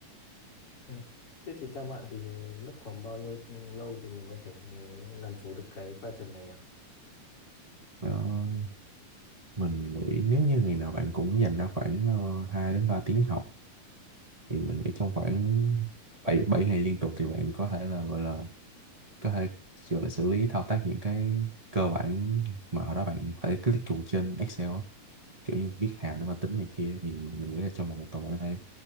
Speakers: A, on the left; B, on the right.
A: Ừ. Thế thì theo bạn thì mất khoảng bao nhiêu lâu thì mình có thể làm chủ được cái Python này nhỉ?
B: đó, mình nghĩ nếu như ngày nào bạn cũng dành ra khoảng uh, 2 đến 3 tiếng học thì mình nghĩ trong khoảng 7 7 ngày liên tục thì bạn có thể là gọi là có thể gọi là xử lý thao tác những cái cơ bản mà hồi đó bạn phải click chuột trên Excel á kiểu như viết hàm để mà tính này kia thì mình nghĩ là trong vòng một tuần mình có thể